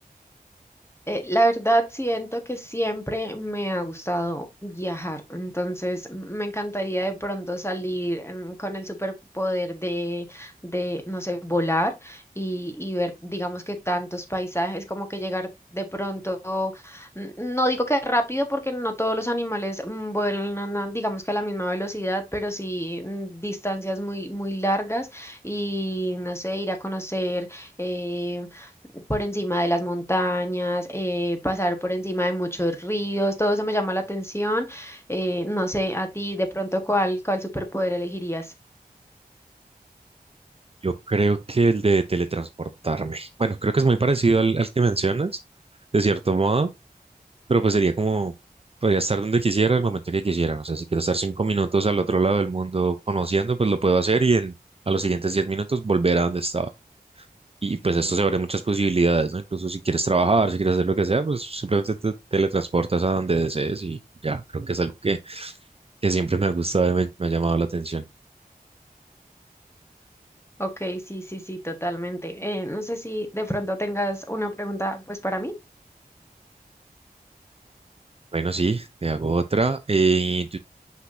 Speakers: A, on the left; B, on the right.
A: Eh, la verdad siento que siempre me ha gustado viajar, entonces me encantaría de pronto salir mm, con el superpoder de, de, no sé, volar y, y ver, digamos que tantos paisajes, como que llegar de pronto, n- no digo que rápido porque no todos los animales mm, vuelan, a- digamos que a la misma velocidad, pero sí mm, distancias muy, muy largas y, no sé, ir a conocer. eh, por encima de las montañas, eh, pasar por encima de muchos ríos, todo eso me llama la atención. Eh, no sé, a ti de pronto cuál, cuál superpoder elegirías.
B: Yo creo que el de teletransportarme. Bueno, creo que es muy parecido al, al que mencionas, de cierto modo, pero pues sería como, podría estar donde quisiera, el momento que quisiera. O sea, si quiero estar cinco minutos al otro lado del mundo conociendo, pues lo puedo hacer y en, a los siguientes diez minutos volver a donde estaba. Y pues esto se abre muchas posibilidades, ¿no? Incluso si quieres trabajar, si quieres hacer lo que sea, pues simplemente te teletransportas a donde desees y ya, creo que es algo que, que siempre me ha gustado y me, me ha llamado la atención.
A: Ok, sí, sí, sí, totalmente. Eh, no sé si de pronto tengas una pregunta pues para mí.
B: Bueno, sí, te hago otra. Eh,